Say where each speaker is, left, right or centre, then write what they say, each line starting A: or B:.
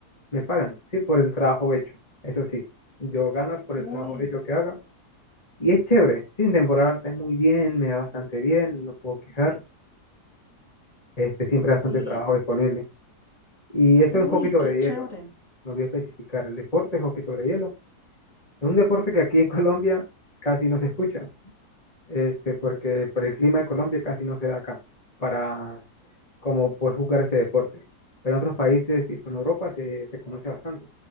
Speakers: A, on the left; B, on the left.
A: me pagan, sí, por el trabajo hecho. Eso sí, yo gano por
B: Uy,
A: el trabajo hecho que haga. Y es chévere, sí, en temporada alta es muy bien, me da bastante bien, no puedo quejar este, siempre
B: sí.
A: hay bastante trabajo disponible. Y eso
B: Uy,
A: en hockey sobre
B: qué chévere.
A: hielo, no olvidé especificar, el deporte es hockey sobre hielo. Es un deporte que aquí en <laughs> Colombia casi no se escucha, este, porque por el clima de Colombia casi no se da acá para como poder jugar ese deporte. Pero en otros países, tipo en Europa, se reconoce bastante,